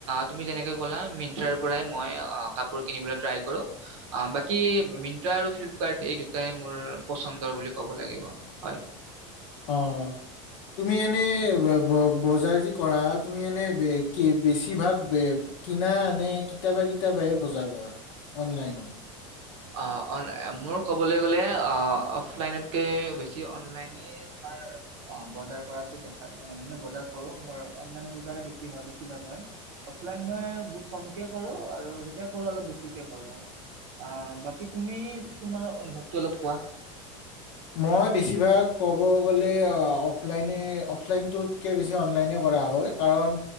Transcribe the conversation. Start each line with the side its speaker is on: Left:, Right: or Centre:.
Right: তুমি যেনেকে ক'লা আৰু কাপোৰ ক'বলৈ গ'লে মই আ তুমি যেনেকে ক'লা মিন্টাৰ পৰাই মই কাপোৰ কিনিবলৈ ট্ৰাই কৰো। বাকী মিন্টা আৰু ফ্লিপকাৰ্ট এই দুটাই মোৰ পছন্দৰ বুলি ক'ব লাগিব। হয়।
Left: অ। তুমি এনেই ব ব বজাৰ যি কৰা তুমি এনে কি বেছি ভাগ কিনা নে কেতিয়াবা কেতিয়াবাহে বজাৰ কৰা? অনলাইনত?
Right: অ মোৰ কব গলে অ অফলাইনতকে বেছি অনলাইনে তোমাৰ বজাৰ কৰাটো দেখা মানে বজাৰ কৰো। মোৰ অনলাইন বজাৰে বেছি ভাগ হয়। অফলাইন মই বহুত কমকে কৰো আৰু যেতিয়া কৰো অলপ বেছিকে কৰোঁ। কৰো আহ বাকী তুমি তোমাৰ অনুভৱটো অলপ কোৱা?
Left: মই বেছিভাগ ক'ব গলে অফলাইনে, অফলাইনটোতকে বেছি অনলাইনে কৰা হয়। কাৰণ